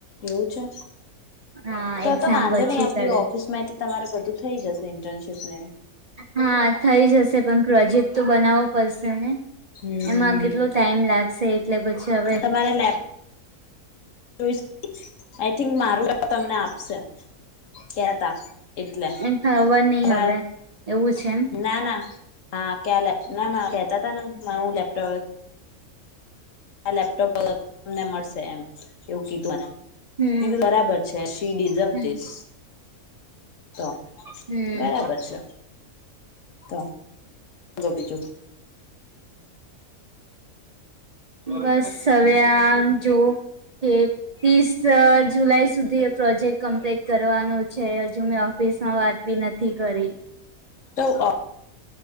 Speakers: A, on the left (about 60°); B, on the right (about 45°).
A: એવું છે.
B: હા
A: તો
B: એક્ઝામ
A: તો વાંધો
B: પછી
A: નહી આપડી
B: તરત
A: ઓફિસ માંથી તમારે બધું થઇ જશે ઇન્ટર્નશીપ ને.
B: હા થઈ જશે પણ પ્રોજેક્ટ તો બનાવવો પડશે ને.
A: હમ
B: એમાં કેટલો ટાઈમ લાગશે. એટલે પછી હવે
A: તમારે લેપ જોઈ આઈ થિંક મારું તમને આપશે. કેતા એટલે
B: એ ખબર નહી
A: હ
B: હવે એવું છે એમ
A: ના ના. હા ક્યા લેપો ના કતા હતા ને હું લેપટોપ આ લેપટોપ તમને મળશે એમ એવું કીધુંને.
B: હમ
A: એ તો બરાબર છે શી ડીઝવ
B: હમ
A: થીસ. તો
B: હમ
A: બરાબર છે. ત બ બીજું
B: બસ હવે આ જો કે ત્રીસ જુલાઈ સુધી એ પ્રોજેક્ટ કમ્પ્લીટ કરવાનો છે હજુ મે ઓફિસ વાત બી નથી કરી.
A: તો અ